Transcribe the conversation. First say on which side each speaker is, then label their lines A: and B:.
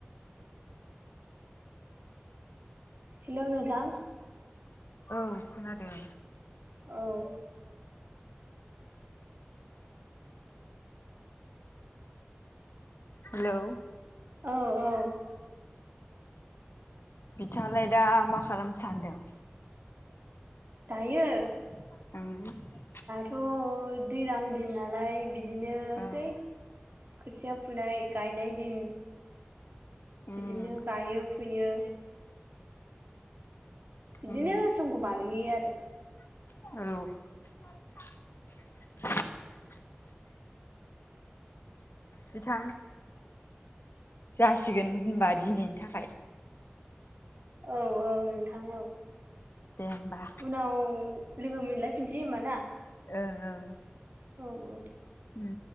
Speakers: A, on the right; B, on the left.
A: हेलौ नोंथां
B: औ खोनादों
A: औ
B: हेलौ
A: औ औ
B: बिथाङालाय दा मा खालामनो सानदों
A: दायो
B: <unintelligible>
A: <unintelligible> दिन नालाय बिदिनोसै
B: ओं
A: खोथिया फुनाय गायनाय दिन
B: उम
A: बिदिनो गायो फु फुयो बिदिनो
B: उम
A: समखौ बारहोयो आरो
B: औ बिथां जासिगोन होनबा दिनैनि थाखाय
A: औ - औ नोंथां औ
B: दे होमबा
A: उनाव लोगो मोनलायफिनसै होमा ना
B: ओं - ओं
A: औ - औ
B: उम